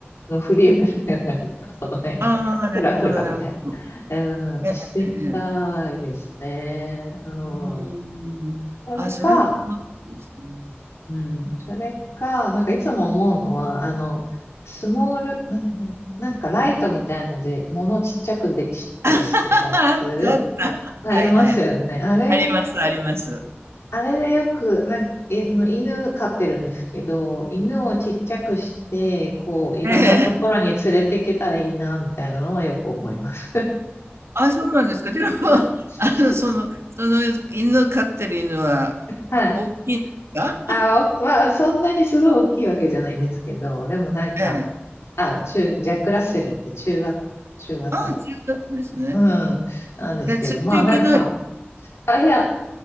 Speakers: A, on the left (about 85°); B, on the right (about 75°).
A: のフリープレイなるか、その辺、
B: ああ、なるほどなるほどね。
A: ふらふらみたいな、うん、
B: ええええ
A: してみたいですね。うん。
B: うーん。
A: それか、
B: あ、それも楽しいですね。
A: うん、それか、なんかいつも思うのは、あの、スモール、な、な、なんかライトみたいので、物をちっちゃくできたりするやつ、
B: <laughs> あったあった。
A: ありますよね。
B: はいはい。
A: あれ、
B: ありますあります。
A: あれでよく、なんか、いあの犬飼ってるんですけど、犬をちっちゃくして、こう、いろんなところに連れて行けたらいいな、
B: ええ。
A: みたいなのはよく思います。
B: あ、そうなんですか。でも、
A: な <laughs>
B: あの、そのその犬飼ってる犬は
A: はい。
B: 大きいんですか？
A: あ、おまあ、そんなにすごい大きいわけじゃないんですけど、でもなんか、
B: ええ。
A: あ、中、ジャック・ラッセルって中型、中型、
B: ああ、中型ですね。
A: うん、なんですけど、
B: え、連れていけない
A: まあなんか、あ、いや、